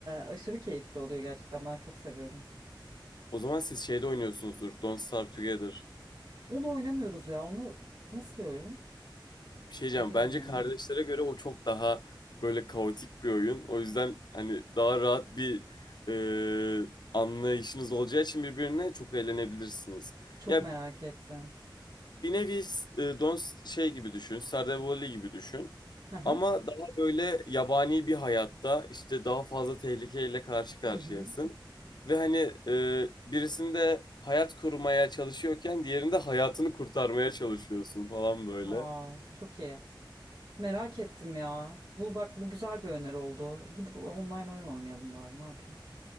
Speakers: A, on the right; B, on the left.
A: aşırı keyifli oluyor gerçekten ben çok seviyorum.
B: O zaman siz şeyde oynuyorsunuzdur. Don't Starve Together.
A: Onu oynamıyoruz ya onu nasıl bir oyun?
B: Bir şey
A: Onu
B: diyeceğim.
A: bilmiyorum
B: Bence kardeşlere
A: ben.
B: göre o çok daha böyle kaotik bir oyun. O yüzden hani daha rahat bir e, anlayışınız olacağı için birbirine çok eğlenebilirsiniz.
A: Çok
B: Ya
A: merak ettim.
B: bir nevi e, Don şey gibi düşün, Stardew Valley gibi düşün.
A: Hı hı.
B: Ama daha böyle yabani bir hayatta işte daha fazla tehlikeyle karşı karşıyasın.
A: Hı hı.
B: Ve hani e, birisinde hayat kurmaya çalışıyorken diğerinde hayatını kurtarmaya çalışıyorsun falan böyle.
A: Wow, çok iyi. Merak ettim ya. Bu bak bu güzel bir öneri oldu. Gidip online oyun oynayalım bari ne yapayım.